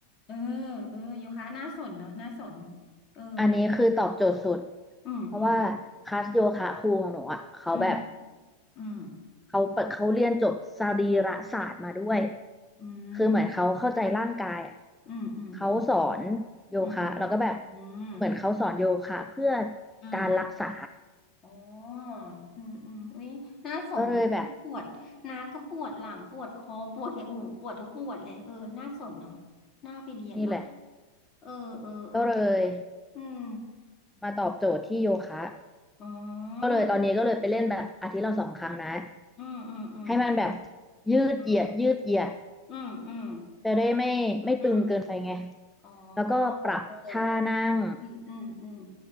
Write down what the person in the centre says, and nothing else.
อันนี้คือตอบโจทย์สุด
เพราะว่าคลาสโยคะครูของหนูอ่ะเขาแบบ
เขาเปิดเขาเรียนจบสรีระศาสตร์มาด้วย
คือเหมือนเขาเข้าใจร่างกายอะ
เขาสอนโยคะแล้วก็แบบ
เหมือนเขาสอนโยคะเพื่อ
การรักษา
ก็เลยแบบ
นี่แหละ
ก็เลย
มาตอบโจทย์ที่โยคะ
ก็เลยตอนนี้ก็เลยไปเล่นแบบอาทิตย์ละสองครั้งนะ
ให้มันแบบยืดเหยียดยืดเหยียด
จะได้ไม่ไม่ตึงเกินไปไง
แล้วก็ปรับท่านั่ง